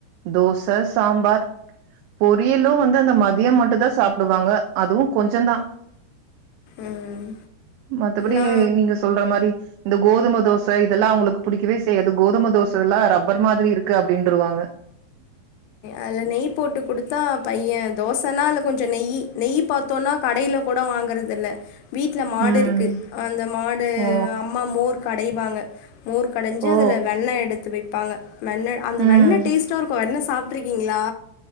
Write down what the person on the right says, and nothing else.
தோச சாம்பார் பொரியலு வந்து அந்த மதிய மட்டு தா சாப்புடுவாங்க அதுவு கொஞ்சந்தா
மத்தபடி
நீங்க சொல்ற மாரி இந்த கோதும தோச இதெல்லா அவுங்களுக்கு புடிக்கவே செய்யாது கோதும தோச ல்லா ரப்பர் மாதிரி இருக்கு அப்டீன்ருவாங்க
ம்
ஓ
ஓ
ம்